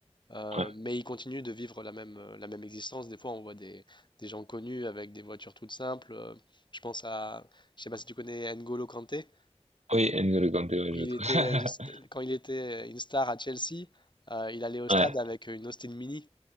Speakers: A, on the left; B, on the right.
A: euh,
B: ouais.
A: mais ils continuent de vivre la même, euh, la même existence. Des fois, on voit des, des gens connus avec des voitures toutes simples. euh, Je pense à, je sais pas si tu connais N'Golo Kanté.
B: Oui, N'Golo Kanté, ouais, je
A: Il
B: le trouve.
A: était,
B: <laughs>
A: une st- quand il était une star à Chelsea, euh, il allait au stade
B: Ouais,
A: avec une Austin Mini.